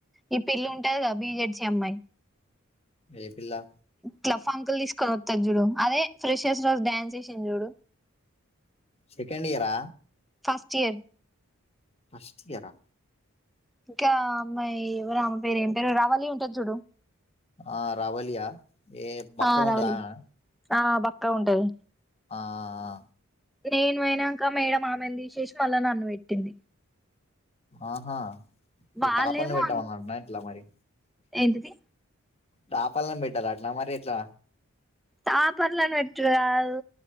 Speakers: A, in the centre; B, on the left.
A: ఈ పిల్ ఉంటది కదా బీ జె డ్సీ అమ్మాయి
B: ఏ పిల్లా
A: కల ఫంకులు తీసుకొని వస్తారు చూడు అదే ఫ్రెష్స్ రోజు డ్యాన్స్ చేసింది చూడు
B: సెకండ్ ఇయరా
A: ఫస్ట్ ఇయర్
B: ఫస్ట్ ఇయరా
A: ఇంకా అమ్మాయి ఎవరు ఆమె పేరు ఏం పేరు రవలి ఉంటది చూడు
B: ఆ రావలియా ఏ బక్క
A: ఆ
B: గుంటదామేన
A: రవళి ఆ బక్కాగా ఉంటది
B: ఆ ఆ
A: నేను పోయినంక మేడం ఆమెను తీసేసి మళ్ళా నన్ను పెట్టింది
B: ఆహా
A: వాళ్ళేమో
B: తాపని పెట్టామ అన్నన్నా ఇట్లా మరి
A: ఏంటిది
B: పాపలన్ బెట్టల అట్లా అ మరి ఎట్లా
A: తాపర్ల పెట్టరాదు